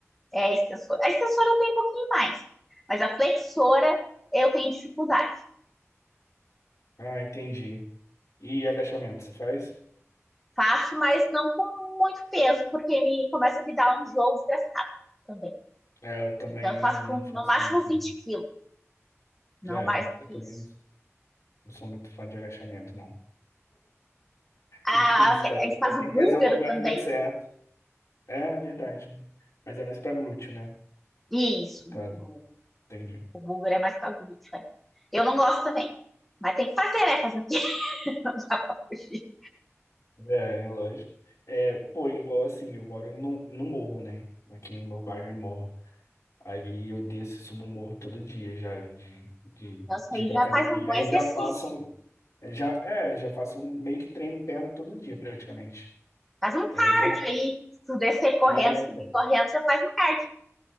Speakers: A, in the centre; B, on the left.
A: É a extensora. A extensora eu tenho um pouquinho mais, mas a flexora eu tenho dificuldade.
B: Ah, entendi. E agachamento, você faz?
A: Faço, mas não com muito peso, porque me começa a me dar um jogo desgraçado também.
B: É, eu também
A: Então eu
B: não,
A: faço
B: não
A: com
B: faço
A: no máximo
B: muito, não.
A: 20 quilos, não
B: É,
A: mais do
B: eu
A: que
B: também
A: isso.
B: não não sou muito fã de agachamento, não.
A: Ah,
B: É difícil
A: ok, a
B: fazer.
A: gente
B: então
A: faz
B: Tem
A: o
B: que
A: búlgaro
B: fazer o movimento
A: também.
B: muito certo. É, é verdade, né? Mas é mais pra glúteo, né?
A: Isso,
B: Tá,
A: o,
B: entendi.
A: o búlgaro é mais para glúteo, é. Eu não gosto também. Mas tem que fazer, né? Fazer o quê? <laughs> Não dá pra fugir.
B: É, é lógico. É, pô, igual assim, eu moro no, no morro, né? Aqui no meu bairro é morro. Aí eu desço e subo o morro todo dia já, de, de,
A: Então, isso
B: de
A: aí
B: ir pra
A: já
B: academia.
A: faz um bom
B: Aí
A: exercício.
B: já faço, um, já, é, já faço um- meio que treino perna todo dia, praticamente.
A: Faz um
B: Aí
A: cardio
B: já,
A: aí. Se tu descer correndo,
B: é,
A: subir
B: pô,
A: correndo, já faz um cardio.